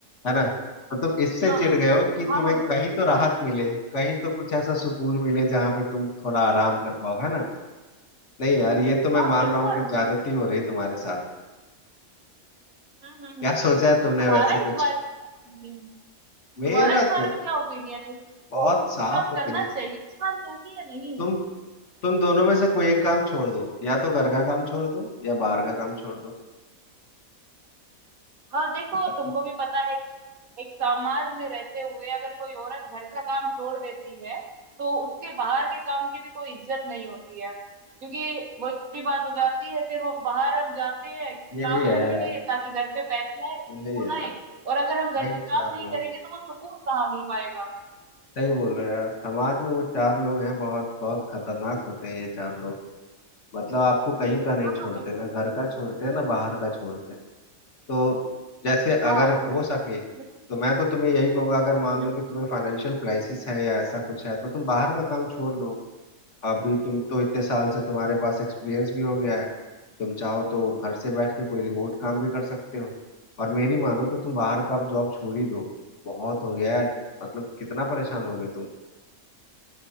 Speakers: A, on the left; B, on the right.
A: है ना तो तुम इससे
B: हाँ
A: चिढ़ गए हो कि
B: हाँ
A: तुम्हें कहीं तो राहत मिले कहीं तो कुछ ऐसा सुकून मिले जहां पे तुम थोड़ा आराम कर पाओ है ना नहीं यार ये तो मैं
B: हाँ
A: मान
B: बिल्कुल
A: रहा हूँ कि
B: वो
A: ज्यादती हो रही
B: हम्म
A: है तुम्हारे साथ
B: हम्म हम्म
A: क्या
B: तो
A: सोचा है तुमने
B: तुम्हारा
A: वैसे
B: इस
A: कुछ
B: बारे में क्या ओपिनियन है
A: मेरा
B: तुम्हारा इस बारे
A: तो
B: में क्या ओपिनियन है कि
A: बहुत
B: औरतों
A: साफ
B: को काम
A: ओपिनियन
B: करना चाहिए
A: है
B: इस बार चाहिए या नहीं
A: तुम तुम दोनों में से कोई एक काम छोड़ दो या तो घर का काम छोड़ दो या बाहर का काम छोड़ दो
B: और देखो
A: अब बताओ
B: तुमको भी पता है कि एक समाज में रहते हुए अगर कोई औरत घर का काम छोड़ देती है तो उसके बाहर के काम की भी कोई इज्जत नहीं होती है क्योंकि वही बात हो जाती है फिर वो बाहर हम जाते हैं
A: ये
B: काम
A: भी है यार
B: करने के लिए ताकि घर पे पैसे आए सुकून
A: यही है यार
B: आए और अगर
A: वही
B: हम घर पे काम
A: चार
B: नहीं
A: लोग
B: करेंगे तो वो सुकून कहाँ मिल पाएगा
A: सही बोल रहे हो यार समाज में वो चार लोग हैं बहुत बहुत खतरनाक होते हैं ये चार लोग मतलब आपको कहीं का नहीं
B: हाँ
A: छोड़ते
B: बिल्कुल
A: ना घर का छोड़ते ना बाहर का छोड़ते तो जैसे
B: हाँ
A: अगर
B: वो
A: हो
B: बिल्कुल
A: सके तो मैं तो तुम्हें यही कहूंगा अगर
B: हम्म
A: मान लो कि तुम्हें फाइनेंशियल क्राइसिस है या ऐसा कुछ है तो तुम बाहर का काम छोड़ दो अभी तुम तो इतने साल से तुम्हारे पास एक्सपीरियंस भी हो गया है तुम चाहो तो घर से बैठ के कोई रिमोट काम भी कर सकते हो और मेरी मानो तो तुम बाहर का अब जॉब छोड़ ही दो बहुत हो गया यार मतलब कितना परेशान हो गए तुम